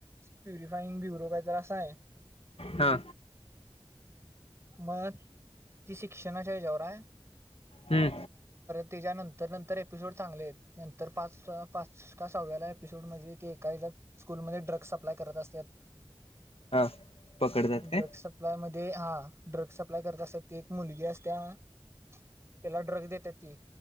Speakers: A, on the right; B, on the left.
A: प्युरिफाईंग ब्युरो काहीतर अस आहे.
B: हा.
A: मग ती शिक्षणाच्या ह्याच्यावर आहे.
B: हं!
A: त्याच्यानंतर नंतर एपिसोड चांगले नंतर पाच का पाच साव्ह्याला एपिसोड म्हणजे ते एका स्कूलमध्ये ड्रग्स सप्लाय करत असतात.
B: हा पकडतात काय
A: ड्रग्स सप्लाय मध्ये हा - ड्रग्स सप्लाय करत असत. ती एक मुलगी असत्याय तिला ड्रग्स देतात ती!